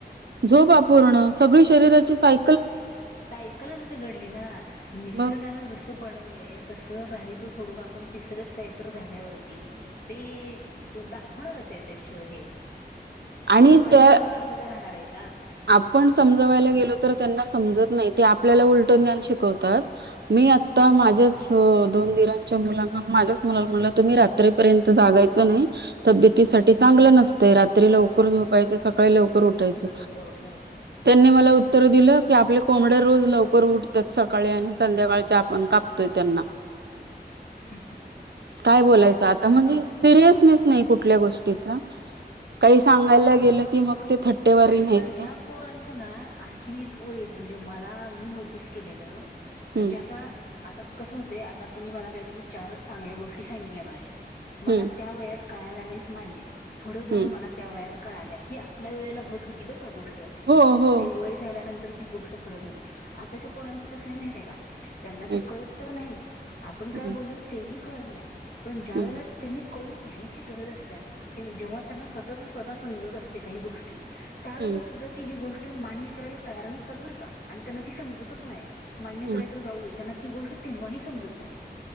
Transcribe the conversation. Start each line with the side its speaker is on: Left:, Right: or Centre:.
Right: झोपपण सग शरीराची साय
Left: सायकलच बिघडली नि
Right: मग
Left: ज बन त सोडून आपण तिसरंच काहीत झाल्यावरती ते दा होणारच त्याच हे
Right: आणि
Left: ते परिणाम
Right: त्या
Left: न दाखवता राहणार आहेत
Right: आपण समजवायला गेलो तर त्यांना समजत नाही ते आपल्याला उलटून द शिकवतात मी आता माझ्याच दोन ीरांच्या मुलांना माझ्याच मुलाला म्हणलं तुम्ही रात्रीपर्यंत जागायच नाही. तब्येतीसाठी चांगलं नसत. ते रात्री लवकर झोपायच सकाळी लवकर उठायचं
Left: लवकर उठायचं
Right: नी मला उत्तर दिलं की आपले कोंबड रोज लवकर उठतात सकाळी आणि संध्याकाळ आपण कापतोय त्यांना
Left: हम् ह.
Right: काय बोलायचं आता म्हणजे सिरियसनेस नाही कुठल्या गोष्टीचा काही सांगायला गेलं की मग? ते थट्टेवारी
Left: आणि
Right: नाहीत.
Left: बर ह्या पोरांचं ना आणखीन एक व म्हणजे मला मी नोटीस केलेलं. म्हणजे
Right: हं,
Left: आता आता कसं होते आता तुम्ही मला काहीतरी चार चांगल्या गोष्टी सांगितल्या माझ्या मला
Right: हं,
Left: त्या वयात कळायला नाहीत मान्य पुढं जाऊन
Right: हं.
Left: मला त्या वयात कळाल्या ही आपल्या वेळेला होत होती बर का गोष्ट
Right: हो,
Left: की
Right: हो.
Left: ते वय झाल्यानंतर ती गोष्ट करत होती आताच्या पोरांच कसंय माहती आहे का? त्यांना
Right: हं.
Left: ते कळत तर नाहीच. आपण काय
Right: हम्म
Left: बोललो तेही कळत नाही पण ज्या
Right: हम्म
Left: वेळेला त्यांनी कळून घ्यायची गरज असतते ते जेव्हा त्यांना स्वतःच स्वतः समजत असते काही गोष्टी त्यावेेळेला
Right: हम्म
Left: सुद्धा ती ही गोष्ट माण्य करायला तयार न असतात बरं का? आणि त्यांना ती समजतच नाही मान्य
Right: हम्म
Left: करायचं जाऊय त्यांना ती गोष्ट तेव्हाही समजत नाही.